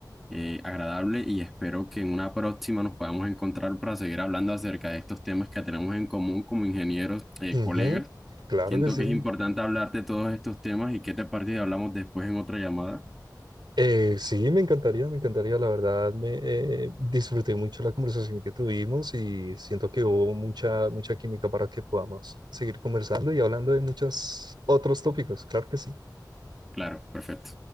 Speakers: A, in the centre; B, on the right.
A: eh, agradable y espero que en una próxima nos podamos encontrar para seguir hablando acerca de estos temas que tenemos en común como ingenieros, eh,
B: Ujú,
A: colegas.
B: Claro
A: Siento
B: que sí.
A: que es importante hablar de todos estos temas y qué te parece si hablamos después en otra llamada.
B: Eh, sí, me encantaría, me encantaría. La verdad, me eh, disfruté mucho la conversación que tuvimos y siento que hubo mucha, mucha química para que podamos seguir conversando y hablando de muchos otros tópicos. Claro que sí.
A: Claro, perfecto.